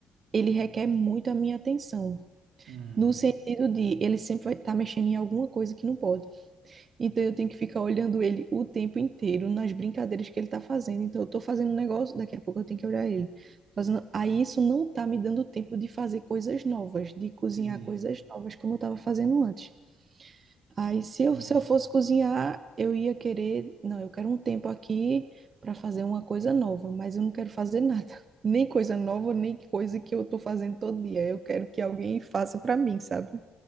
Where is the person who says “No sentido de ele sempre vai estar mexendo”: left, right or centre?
Right